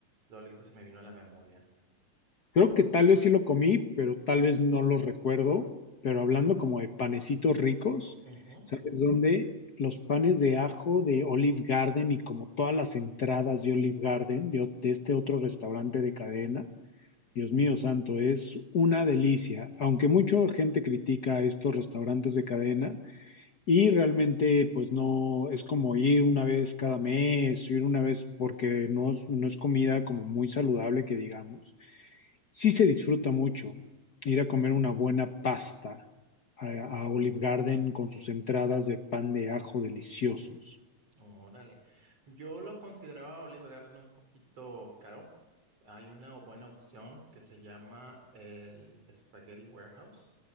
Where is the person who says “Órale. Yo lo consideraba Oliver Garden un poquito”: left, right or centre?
Right